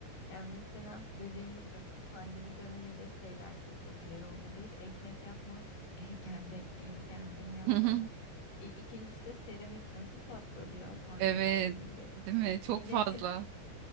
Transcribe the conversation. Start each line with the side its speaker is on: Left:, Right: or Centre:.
Left: Yani mesela dediğin gibi pandemi döneminde şeyler çok popüler oldu. Bir, ekmek yapma. <laughs> Kendi ekmeğini kendin yapma.
Right: <laughs>
Left: İ- İkincisi de seramik nasıl patladı ya pandemi
Right: Evet,
Left: döneminde.
Right: değil mi? Çok
Left: Milletin
Right: fazla.